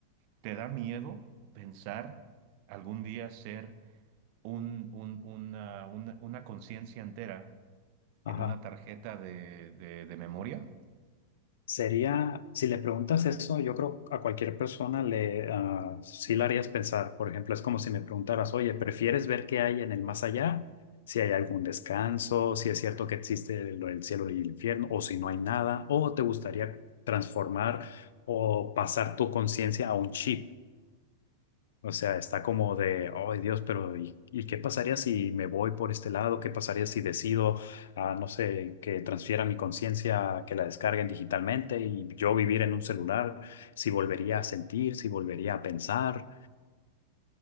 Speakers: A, on the right; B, on the left.
A: ¿te da miedo pensar algún día ser un, un- una, una- una conciencia entera
B: ajá.
A: en una tarjeta de, de- de memoria?
B: Sería, si le preguntas eso, yo creo a cualquier persona le, ah, sí la harías pensar. Por ejemplo, es como si me preguntaras, oye, ¿prefieres ver qué hay en el más allá? Si hay algún descanso, si es cierto que existe lo del cielo y el infierno, o si no hay nada, o te gustaría transformar o pasar tu conciencia a un chip o sea, está como de, ay Dios, pero ¿y, y qué pasaría si me voy por este lado? ¿Qué pasaría si decido, ah, no sé, que transfiera mi conciencia, que la descarguen digitalmente y yo vivir en un celular? Si volvería a sentir, si volvería a pensar.